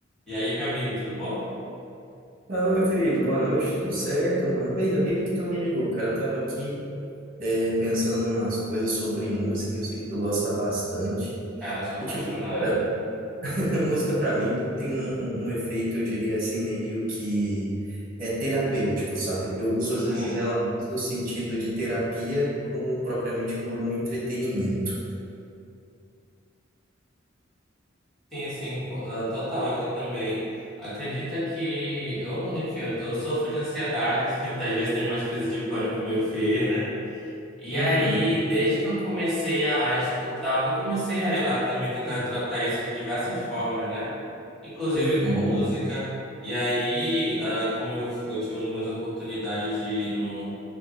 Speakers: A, in the centre; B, on the right.
A: E aí, meu amigo, tudo bom?
B: Fala, meu querido, boa noite, tudo certo, mano? Ainda bem que tu me ligou, cara. Eu tava aqui é, pensando em umas coisas sobre música, eu sei que tu gosta bastante.
A: Cara, eu sou apaixonado.
B: E, tipo, cara, <laughs> música pra mim tem um, um, um efeito, eu diria assim, meio que é terapêutico, sabe? Eu uso
A: Uhum.
B: às vezes ela mais no sentido de terapia, como propriamente por um entretenimento.
A: Sim, sim, co- ah, total aqui também. Acredita que eu, enfim, eu eu sofro de ansiedade, <laughs> até às vezes tenho umas crises de pânico meio feia, né? E
B: Uhum,
A: aí, desde que eu comecei a, a escutar, eu comecei a, a também tentar tratar isso de diversas formas, né? Inclusive
B: uhum,
A: com música. E aí, ah, como eu, fu- eu tive umas oportunidades de ir num